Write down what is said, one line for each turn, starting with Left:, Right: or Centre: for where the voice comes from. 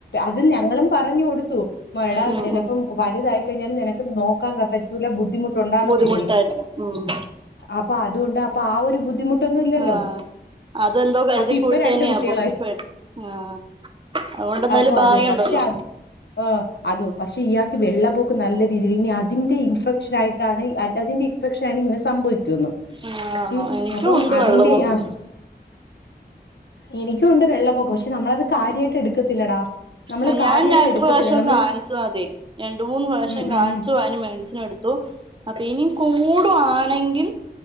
Left: അത് ഞങ്ങളും പറഞ്ഞു കൊടുത്തു എടാ
Right: ഉം
Left: ചിലപ്പോം
Right: ഉം
Left: വലുതായിക്കഴിഞ്ഞാലും നിനക്ക് നോക്കാൻ ക പറ്റുള്ള ബുദ്ധിമുട്ടുണ്ടാവത്തില്ലേ
Right: ബുദ്ധിമുട്ടായിരുന്നു ഉം
Left: അപ്പൊ അതുകൊണ്ട് അപ്പൊ ആ ഒരു ബുദ്ധിമുട്ടൊന്നും ഇല്ലല്ലോ
Right: ആഹ് അതെന്തോ കരുതി
Left: ആക്ക് ഇപ്പൊ
Right: കൂട്ടിന്നെയാപ്പൊ
Left: രണ്ട് കുട്ടികളായി
Right: ആ അതുകൊണ്ടന്താലും
Left: അപ്പൊ
Right: ഭാഗ്യയുണ്ടല്ലോ
Left: അത് പക്ഷെ അത് ആഹ് അത് പക്ഷെ ഇയാകു വെള്ള ബോ നല്ല രീതിയി ഇനി അതിന്റെ ഇൻഫെക്ഷൻ ആയിട്ടാണ് അതിന്റെ ഇൻഫെക്ഷൻ ആണ് ഇങ്ങനെ സംഭവിച്ചത്
Right: ആഹ് ആണോ
Left: ഉ
Right: എനിക്കും
Left: അപ്പം
Right: ഉണ്ട്
Left: അതിന്റെ
Right: വെള്ളപൊക്ക്
Left: ആ എനിക്കുണ്ട് വെള്ള പോക്ക് പക്ഷെ നമ്മളത് കാര്യമായിട്ട് എടുക്കത്തില്ലടാ നമ്മള്
Right: ആ ഞാൻ
Left: കാര്യായിട്ട്
Right: രണ്ട
Left: എടുക്കത്തില്ല
Right: പ്രവിഷം
Left: നമ്മൾ
Right: കാണിച്ചത് അതെ രണ്ട മൂന്ന് വർഷം
Left: ഉം ഉം
Right: കാണിച്ചു
Left: ഉം
Right: മെഡിസിൻ എടുത്തു അപ്പൊ ഇനിയും കൂടുവാണെങ്കിൽ